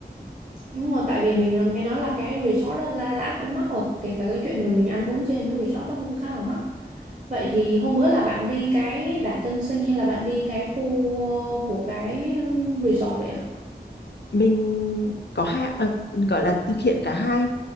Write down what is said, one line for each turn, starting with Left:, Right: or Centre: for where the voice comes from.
Right: Đúng rồi, tại vì mình là nghe nói là cái resort đó giá giá cũng mắc và kể cả cái chuyện mà mình ăn uống trên cái resort đó cũng khá là mắc. Vậy thì hôm bữa là bạn đi cái đảo dân sinh hay là bạn đi cái khu ờ, của cái resort vậy à?
Left: mình có hai ờ, gọi là thực hiện cả hai